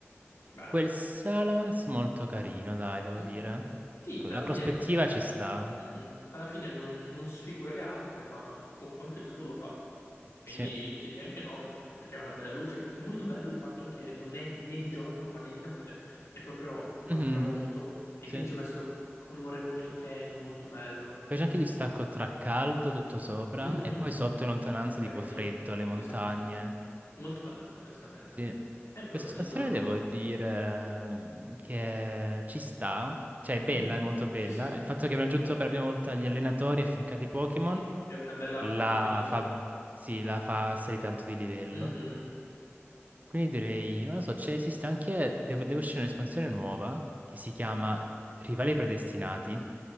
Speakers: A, on the left; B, on the right.
A: bella.
B: Quel Salamence molto carino, dai, devo
A: Mhm.
B: dire.
A: Sì,
B: Que-
A: alla
B: La prospettiva
A: fine
B: ci sta,
A: Mhm. Alla fine non, non sfigura le altre, ma comunque anche il suo lo fa. Quindi
B: sì.
A: ti direi anche 9, perché ha una bella luce, perché è molto bello il fatto che non è né di giorno ma né di notte, è proprio al
B: Mhm,
A: tramonto e
B: sì.
A: quindi c'è questo colore molto tenue, molto bello.
B: Poi c'è anche il distacco tra caldo tutto sopra
A: Mhm,
B: e poi sotto in lontananza
A: Freddo,
B: tipo freddo, le montagne.
A: esatto, molto bello onestamente.
B: Sì.
A: E poi
B: Questa
A: vabbè
B: espansione
A: ci sono...
B: devo dire ehm, che ci sta, cioè è bella,
A: Mhm,
B: è molto bella.
A: Sì, sì,
B: Il fatto che abbiamo aggiunto per la prima volta gli allenatori affiancati ai Pokémon
A: sì, è una bella
B: la
A: innovazione.
B: fa, sì, la fa salire tanto di livello.
A: Mhm.
B: Quindi direi, non lo so, c'è esiste anche, devo, deve uscire un'espansione nuova che si chiama Rivali Predestinati,